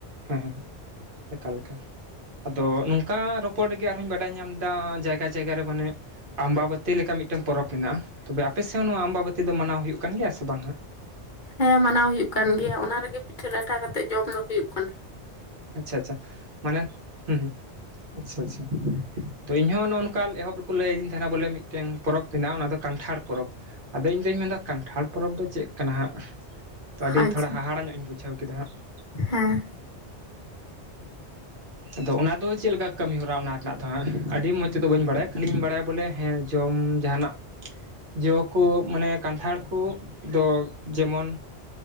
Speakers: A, on the right; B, on the left.
A: ᱦᱮᱸ ᱮᱠᱟᱞ ᱮᱠᱟᱞ ᱟᱫᱚ ᱱᱚᱝᱠᱟ ᱾ ᱠᱟ ᱨᱚᱯᱚᱲᱨᱮᱜᱮ ᱟᱨᱦᱚᱧ ᱵᱟᱰᱟᱭ ᱧᱟᱢᱮᱫᱟ ᱡᱟᱭᱜᱟ ᱡᱟᱭᱜᱟ ᱨᱮ ᱢᱟᱱᱮ ᱟᱢᱵᱟᱵᱟᱹᱛᱤ ᱞᱮᱠᱟ ᱢᱤᱫᱴᱟᱝ ᱯᱚᱨᱚᱵᱽ ᱢᱮᱱᱟᱜᱼᱟ ᱛᱚᱵᱮ ᱟᱯᱮᱥᱫ ᱦᱚᱸ ᱱᱚᱣᱟ ᱟᱢᱵᱟᱵᱟᱹᱛᱤ ᱫᱚ ᱢᱟᱱᱟᱣ ᱦᱩᱭᱩᱜ ᱠᱟᱱ ᱜᱮᱭᱟ ᱥᱮ ᱵᱟᱝ ᱦᱟᱸᱜ ᱾
B: ᱦᱮᱸ ᱢᱟᱱᱟᱣ ᱦᱩᱭᱩᱜ ᱠᱟᱱ ᱜᱮᱭᱟ ᱚᱱᱟ ᱨᱮᱜᱮ ᱯᱤᱴᱷᱟᱹ ᱞᱟᱴᱷᱟ ᱠᱟᱛᱮᱜ ᱡᱚᱢ ᱫᱚ ᱦᱩᱭᱩᱜ ᱠᱟᱱᱟ ᱾
A: ᱟᱪᱷᱟ ᱟᱪᱷᱟ ᱢᱟᱱᱮ ᱦᱮᱸ ᱟᱪᱷᱟ ᱟᱪᱷᱟ ᱛᱚ ᱤᱧᱚᱸ ᱱᱚᱜ-ᱱᱚᱝᱠᱟ ᱮᱦᱚᱵ ᱨᱮᱠᱚ ᱞᱟᱹᱭ ᱟᱹᱫᱤᱧ ᱛᱟᱦᱮᱱᱟ ᱵᱚᱞᱮ ᱢᱤᱫᱴᱮᱱ ᱯᱚᱨᱚᱵᱽ ᱢᱮᱱᱟᱜᱼᱟ ᱚᱱᱟ ᱫᱚ ᱠᱟᱱᱴᱷᱟᱲ ᱯᱚᱨᱚᱵᱽ ᱟᱫᱚ ᱤᱧᱫᱚᱧ ᱢᱮᱱᱫᱟ ᱠᱟᱱᱴᱷᱟᱲ ᱯᱚᱨᱚᱵᱽ ᱫᱚ ᱪᱮᱫ ᱠᱟᱱᱟ ᱦᱟᱸᱜ ᱛᱚ ᱟᱹᱰᱤ
B: ᱟᱪᱪᱷᱟ
A: ᱛᱷᱚᱲᱟ ᱦᱟᱦᱟᱲᱟᱜ ᱧᱚᱜ ᱤᱧ ᱵᱩᱡᱷᱟᱹᱣ ᱠᱮᱫᱟ ᱦᱟᱸᱜ ᱾
B: ᱦᱮᱸ
A: ᱟᱫᱚ ᱚᱱᱟ ᱫᱚ ᱪᱮᱫ ᱞᱮᱠᱟ ᱠᱟᱹᱢᱤ ᱦᱚᱨᱟ ᱚᱱᱟᱴᱟᱜ ᱫᱚ ᱟᱹᱰᱤ ᱢᱚᱡᱽ ᱛᱮᱫᱚ ᱵᱟᱹᱧ ᱵᱟᱲᱟᱭᱟ ᱠᱷᱟᱹᱞᱤᱧ ᱵᱟᱲᱟᱭᱟ ᱵᱚᱞᱮ ᱦᱮᱸ ᱡᱚᱢ ᱡᱟᱦᱟᱱᱟᱜ ᱡᱚ ᱠᱚ ᱢᱟᱱᱮ ᱠᱟᱱᱛᱷᱟᱲ ᱠᱚᱫᱚ ᱡᱮᱢᱚᱱ